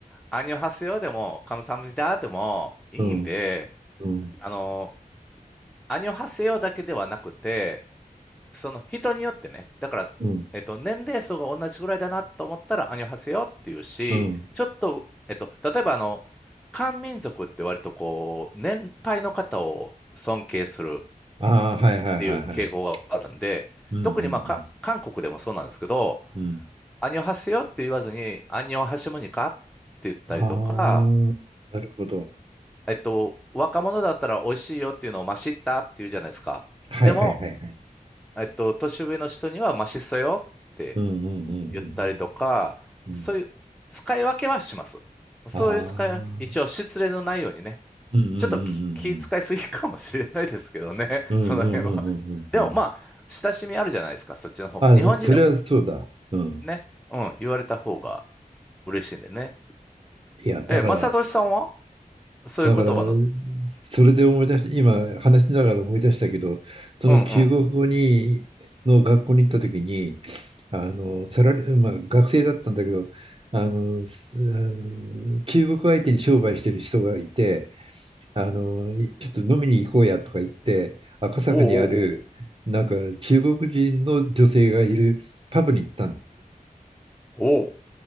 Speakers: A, in the centre; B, on the right.
A: アンニョハセヨでも、カムサハムニダでもいいんで、
B: うん、うん、うん、
A: あの、アニョハセヨだけではなくて、その人によってね、だから、
B: うん、
A: えっと、年齢層が同じぐらいだなと思ったら、アニョハセヨっていうし、
B: うん。
A: ちょっと、えっと、例えばあの、漢民族って割とこう、年配の方を尊敬するっ
B: ああ、はいはいはいはい。
A: ていう傾向があるんで、
B: うん、うん、
A: 特にまあ、か韓国でもそうなんですけど、
B: うん、うん。
A: アニョハセヨって言わずに、アニョハシムニカって言ったりとか、
B: ああ、なるほど。
A: えっと、若者だったら美味しいよっていうのを、まあ、知ったっていうじゃないですか。
B: はいはいはいはい。
A: でも、えっと、年上の人にはマシっそよって
B: うん、うん、うん、
A: 言ったりとか、
B: うん、
A: そういう使い分けはします。
B: うん。うん
A: そういう使い分け、
B: ああ、
A: 一応失礼のないようにね。
B: うん、うん、う
A: ちょっと気、気使いすぎかもしれないですけどね、
B: ん、うん、
A: <laughs> その辺は。
B: うん、うん、うん、うん、
A: でもまあ、
B: うん。うん
A: 親しみあるじゃないですか、そっちの方が。
B: あ、
A: 日本人でも
B: それはそうだ。うん。
A: ね、うん、言われた方が嬉しいんでね。
B: いや、だから、
A: え、正俊さんはそういう言葉の、
B: だから、それで思い出し、今話しながら思い出したけど、その中国語に、
A: うんうん。
B: の学校に行った時に、あの、サラリー、まあ学生だったんだけど、あの、すあの中国相手に商売してる人がいて、あの、ちょっと飲みに行こうやとか言って、赤坂にある、
A: おうおうおう
B: なんか中国人の女性がいるパブに行ったん
A: おう。おう